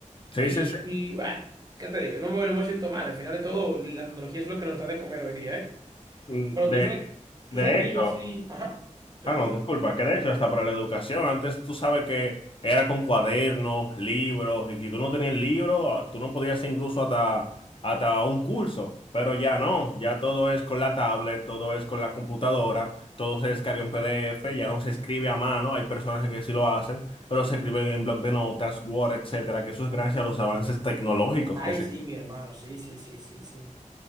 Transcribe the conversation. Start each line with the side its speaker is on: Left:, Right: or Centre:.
Left: Sí,
Right: Y,
Left: sí, sí.
Right: y bueno, ¿qué te digo? Yo no me, no me siento mal. Al final de todo, la tecnología es lo que nos da de comer hoy día, ¿eh?
Left: Mm,
Right: Pero
Left: De,
Right: tú sabes, tú
Left: de
Right: sabes que
Left: hecho,
Right: yo así, ajá, te escucho.
Left: Ah, no, disculpa, que de hecho hasta para la educación, antes tú sabes que era con cuadernos, libros, y si tú no tenías el libro, ah, tú no podías hacer incluso hasta, hasta un curso, pero ya no, ya todo es con la tablet, todo es con la computadora, todo se descarga en PDF, ya no se escribe a mano, hay personas que sí lo hacen, pero se escriben en bloc de notas, Word, etcétera, que eso es gracias a los avances tecnológicos
Right: Ay,
Left: que se...
Right: sí, mi hermano, sí, sí, sí, sí, sí.